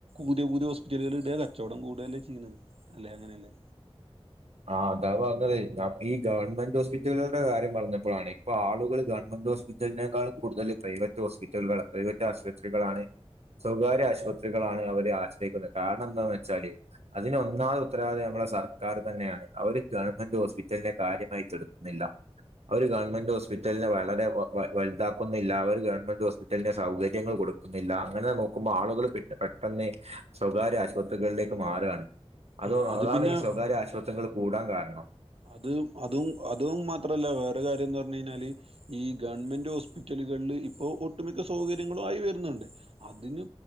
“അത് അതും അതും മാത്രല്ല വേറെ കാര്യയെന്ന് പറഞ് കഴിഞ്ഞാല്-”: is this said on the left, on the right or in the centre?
Right